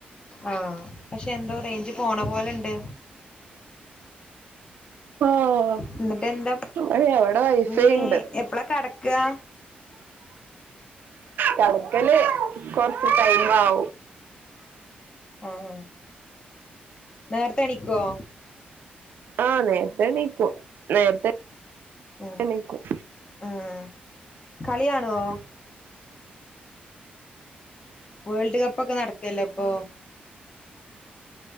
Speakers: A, on the left (about 25°); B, on the right (about 65°).
A: ആഹ് പക്ഷെ എന്തോ റെയ്ഞ്ച് പോണ പോലെണ്ട്
B: ആഹ്
A: എന്നിട്ട് എന്താ
B: ഏയ് അവടെ വൈഫൈ
A: നീ
B: ഇണ്ട്
A: എപ്പളാ കെടക്കാ
B: കെടക്കല് കൊറച്ച് ടൈമാവും
A: ആഹാ നേരത്തെ എണീക്കുവോ
B: ആഹ് നേരത്തെ എണീക്കും നേരത്തെ
A: അഹ്
B: എണീക്കും
A: ആഹ് കളി കാണുവോ വേൾഡ് കപ്പൊക്കെ നടക്ക് അല്ലേ ഇപ്പൊ